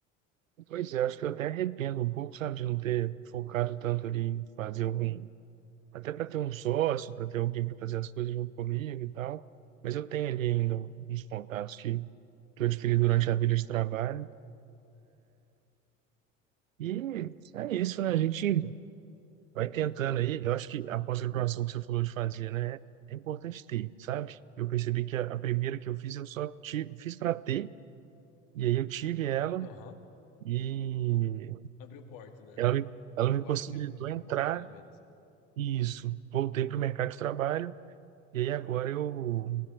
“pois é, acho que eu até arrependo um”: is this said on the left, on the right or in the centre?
Right